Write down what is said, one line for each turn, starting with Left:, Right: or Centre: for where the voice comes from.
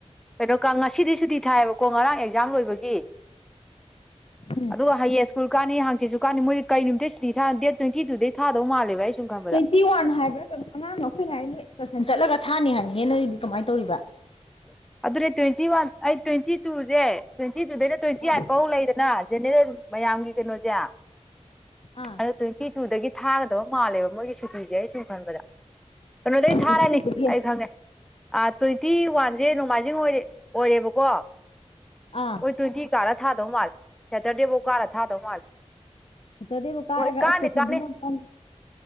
Centre: ꯀꯩꯅꯣ ꯀꯥꯡ ꯉꯁꯤꯗꯤ ꯁꯨꯗꯤ ꯊꯥꯏ ꯌꯦꯕꯀꯣ ꯉꯔꯥꯡ ꯑꯦꯛꯖꯥꯝ ꯂꯣꯏꯕꯒꯤ
Left: ꯎꯝ
Centre: ꯑꯗꯨ ꯍꯩꯌꯦꯡ ꯁ꯭ꯀꯨꯜ ꯀꯥꯅꯤ ꯍꯪꯆꯤꯠꯁꯨ ꯀꯅꯤ ꯃꯣꯏ ꯀꯔꯤ ꯅꯨꯃꯤꯠꯇ ꯁꯨꯇꯤ ꯊꯥ ꯗꯦꯠ ꯇ꯭ꯨꯋꯦꯟꯇꯤ ꯇꯨꯗꯒꯤ ꯊꯥꯗꯧ ꯃꯥꯂꯦꯕ ꯑꯩ ꯁꯨꯝ ꯈꯟꯕꯗ
Left: ꯇ꯭ꯨꯋꯦꯟꯇꯤ ꯋꯥꯟ ꯍꯥꯏꯕ꯭ꯔꯥ ꯀꯩꯅꯣ ꯑꯉꯥꯡꯅ ꯑꯩꯈꯣꯏꯅ ꯍꯥꯏ ꯑꯦꯛꯁꯀꯔꯁꯟ ꯆꯠꯂꯒ ꯊꯥꯅꯤ ꯍꯥꯏꯌꯦ ꯅꯦ ꯅꯣꯏꯗꯨꯗꯤ ꯀꯃꯥꯏꯅ ꯇꯧꯔꯤꯕ
Centre: <inaudible> ꯑꯗꯨꯅꯦ ꯇ꯭ꯨꯋꯦꯟꯇꯤ ꯋꯥꯟ ꯑꯩ ꯇ꯭ꯨꯋꯦꯟꯇꯤ ꯇꯨ ꯁꯦ ꯇ꯭ꯨꯋꯦꯟꯇꯤ ꯇꯨ ꯗꯩꯅ ꯇ꯭ꯨꯋꯦꯟꯇꯤ
Left: ꯑꯥ
Centre: ꯑꯩꯠꯐꯧ ꯂꯩꯗꯅ ꯖꯦꯅꯦꯔꯦꯜ ꯃꯌꯥꯝꯒꯤ ꯀꯩꯅꯣꯁꯦ
Left: ꯑꯥ
Centre: ꯑꯗꯣ ꯇ꯭ꯨꯋꯦꯟꯇꯤ ꯇꯨꯗꯒꯤ ꯊꯥꯒꯗꯕ ꯃꯥꯜꯂꯦꯕ ꯃꯣꯏꯒꯤ ꯁꯨꯇꯤꯁꯦ ꯑꯩ ꯁꯨꯝ ꯈꯟꯕꯗ ꯀꯩꯅꯣꯗꯩ ꯊꯥꯔꯅꯤ
Left: ꯇ꯭ꯋꯦꯟꯇꯤ ꯇꯨꯗꯒꯤ
Centre: ꯑꯩ ꯈꯪꯉꯦ ꯑꯥ ꯇ꯭ꯋꯦꯟꯇꯤ ꯋꯥꯟ ꯏꯦ ꯅꯣꯡꯃꯥꯏꯖꯤꯡ ꯑꯣꯏꯔꯦ ꯑꯣꯏꯔꯦꯕꯀꯣ
Left: ꯑꯥ
Centre: ꯑꯣꯏ ꯇꯣꯏꯟꯇꯤ ꯀꯥꯔ ꯊꯥꯗꯧ ꯃꯥꯜꯂꯦ ꯁꯦꯇꯔꯗꯦꯕꯧ ꯀꯥꯔ ꯊꯥꯗꯧ ꯃꯥꯜꯂꯦ
Left: ꯁꯦꯇꯔꯗꯦꯕꯧ ꯀꯥꯔꯒ
Centre: ꯃꯣꯏ ꯀꯥꯅꯤ
Left: ꯑꯦꯁꯀꯔꯁꯟ
Centre: ꯀꯥꯅꯤ
Left: ꯁꯤꯅ ꯀꯝ